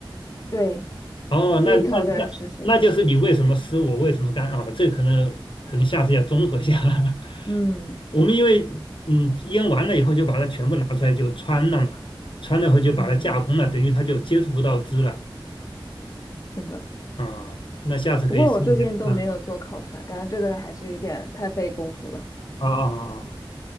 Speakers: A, on the left; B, on the left.
A: 对，
B: 哦，
A: 所以烤出来湿湿的。
B: 那那那那就是你为什么湿我为什么干啊？这可能可能下次要综合一下。<laughs>
A: 嗯
B: 我们因为嗯腌完了以后就把它全部拿出来就穿了嘛，穿了以后就把它架空了，
A: 嗯，
B: 等于它就接触不到汁了
A: 是的。
B: 啊。那下次可以试一下，
A: 不过我最近都没有做烤串，
B: 嗯
A: 感觉这个还是有点太费功夫了。
B: 啊啊啊。